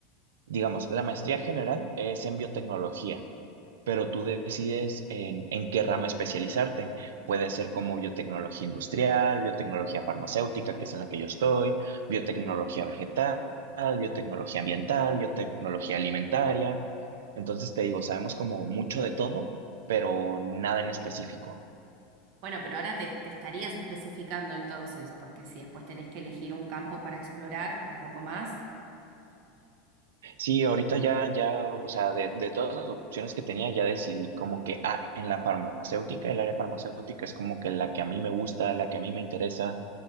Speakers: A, on the right; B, on the right.
A: digamos, la maestría general es en biotecnología pero tú decides en, en qué rama especializarte. Puede ser como biotecnología industrial, biotecnología farmacéutica, que es en la que yo estoy, biotecnología vegetal, biotecnología ambiental, biotecnología alimentaria. Entonces te digo, sabemos como mucho de todo, pero nada en específico.
B: Bueno, pero ahora te, te estarías especificando entonces, porque si después tenés que elegir un campo para explorar un poco más.
A: Sí, ahorita ya, ya, o sea, de, de todas las opciones que tenía, ya decidí como que ah, en la farmacéutica, el área farmacéutica es como que la que a mí me gusta, la que a mí me interesa,